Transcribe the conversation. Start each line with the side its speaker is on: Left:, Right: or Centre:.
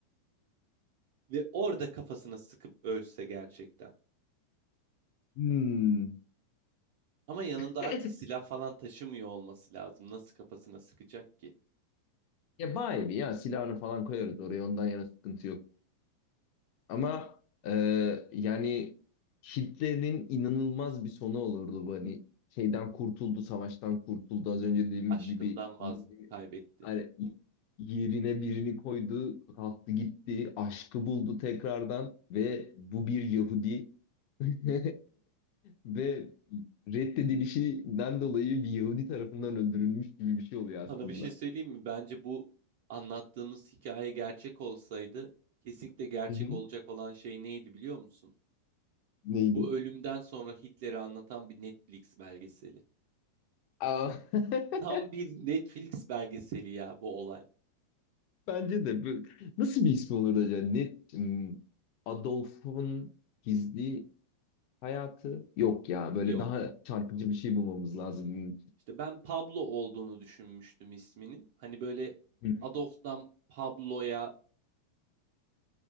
Right: Ve orada kafasına sıkıp ölse gerçekten.
Left: Hmm.
Right: Ama yanında
Left: <laughs>
Right: artık silah falan taşımıyor olması lazım. Nasıl kafasına sıkacak ki?
Left: Ya bayi mi ya silahını falan koyarız oraya ondan yana sıkıntı yok. Ama e, yani Hitler'in inanılmaz bir sonu olurdu bu hani şeyden kurtuldu, savaştan kurtuldu.
Right: Hı
Left: Az
Right: hı.
Left: önce dediğimiz
Right: Aşkından
Left: gibi
Right: vaz
Left: yerine,
Right: kaybetti.
Left: hani yerine birini koydu, kalktı gitti, aşkı buldu tekrardan ve bu bir Yahudi <laughs> ve reddedilişinden dolayı bir Yahudi tarafından öldürülmüş gibi bir şey oluyor aslında.
Right: Sana bir şey söyleyeyim mi? Bence bu anlattığımız hikaye gerçek olsaydı kesinlikle gerçek
Left: Hı hı.
Right: olacak olan şey neydi biliyor musun?
Left: Neydi?
Right: Bu ölümden sonra Hitler'i anlatan bir Netflix belgeseli.
Left: Aa. <laughs>
Right: Tam bir Netflix belgeseli ya bu olay.
Left: Bence de. Bu- Nasıl bir ismi olurdu acaba? Ne, Hmm, Adolf'un gizli hayatı? Yok ya. Böyle
Right: Yok.
Left: daha çarpıcı bir şey bulmamız lazım. bunun
Right: İşte ben Pablo olduğunu düşünmüştüm isminin. Hani böyle
Left: için.
Right: Adolf'dan Pablo'ya